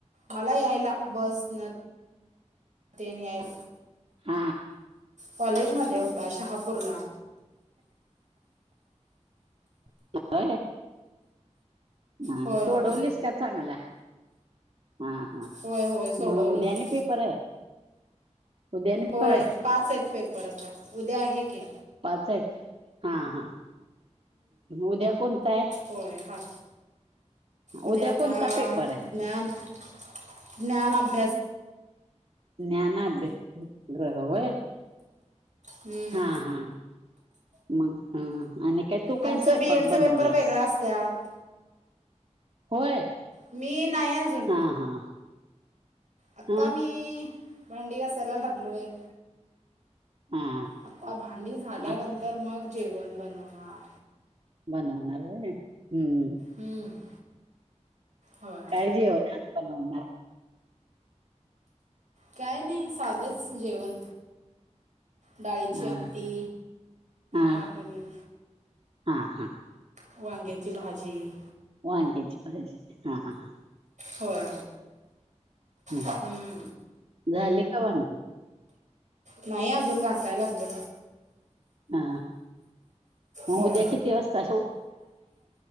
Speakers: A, on the right; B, on the right.
A: मला यायला बसन. ते न यायला
B: हा
A: कॉलेज मध्ये होता शहापूरला.
B: होय ह
A: होय
B: सोडवलीस
A: होय
B: का चांगला? हा हा
A: होय होय सोडवलो
B: मग उद्या
A: की
B: आणि पेपर आहे? उद्या आणि
A: होय
B: पेपर आहे
A: पाच आहेत पेपर आता. उद्या आहे की.
B: पाच. हा हा उद्या कोणता आहे?
A: हो ह. उद्याता
B: उद्या कोणता पेपर आहे
A: ज्ञान ज्ञान अभ्यास.
B: ज्ञान अभ्यास <unintelligible> व्हय?
A: हम्म.
B: हा हा मग हा आणि काय? तू काय
A: आमचं
B: सयपाक
A: बी एडचं
B: बनवल्यास?
A: पेपर वेगळा असत्यात
B: होय?
A: मी नाही अजून.
B: हा हा.
A: आता
B: हा
A: मी भांडी घासायला लागलोय.
B: हा
A: आता भांडी झाल्यानंतर
B: आता
A: मग जेवण बनवणार.
B: बनवणार रे हम्म.
A: हम्म हो.
B: काय जेवण आज बनवणार?
A: काय नाही साधंच जेवण, डाळीची
B: हा
A: आमटी,
B: हा
A: भाकरी,
B: हा, हा,
A: वांग्याची भाजी,
B: वांग्याची भाजी, हा, हा,
A: होय
B: हम,
A: हम्म,
B: झाली का भांडे?
A: नाही अजून घासायला लागले,
B: हा मग
A: होय
B: उद्या किती वाजता?